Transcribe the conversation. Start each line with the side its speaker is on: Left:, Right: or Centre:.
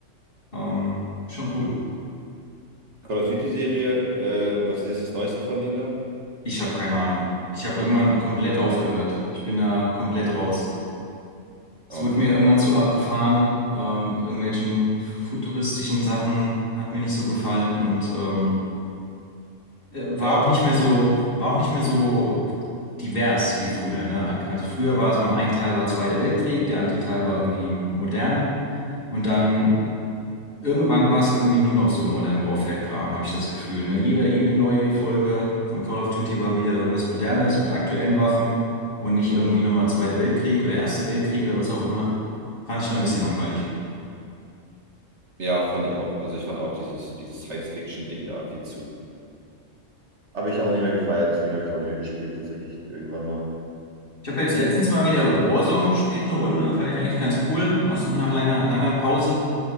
Left: Ähm, schon cool.
Right: Call of Duty-Serie, äh, was ist jetzt das Neueste von denen da?
Left: Ich habe keine Ahnung. Ich habe irgendwann komplett aufgehört. Ich bin da komplett raus. Es
Right: Ah,
Left: wurde
Right: okay.
Left: mir irgendwann zu abgefahren. Ähm, mit irgendwelchen futuristischen Sachen hat mir nicht so gefallen und ähm, äh, war
Right: Ja, das,
Left: auch nicht mehr so, war auch nicht mehr so divers wie früher, ne? Also früher war es mal ein Teil war Zweiter Weltkrieg, der andere Teil war irgendwie modern und dann irgendwann war es irgendwie nur noch so Modern Warfare-Kram, habe ich das Gefühl, ne? Jeder, jede neue Folge von Call of Duty war wieder irgendwas Modernes mit aktuellen Waffen und nicht
Right: Mhm.
Left: irgendwie nochmal Zweiter Weltkrieg oder Erster Weltkrieg oder was auch immer. Fand ich da ein bisschen langweilig.
Right: ja, fand ich auch. Also ich fand auch dieses, dieses Science-Fiction-Ding da viel zu. Habe ich auch nicht mehr gefeiert, deswegen habe ich es auch nicht mehr gespielt, tatsächlich. Irgendwann mal.
Left: Ich habe jetzt letztens mal wieder Warzone gespielt, eine Runde, fand ich eigentlich ganz cool, nach, nach langer, langer Pause.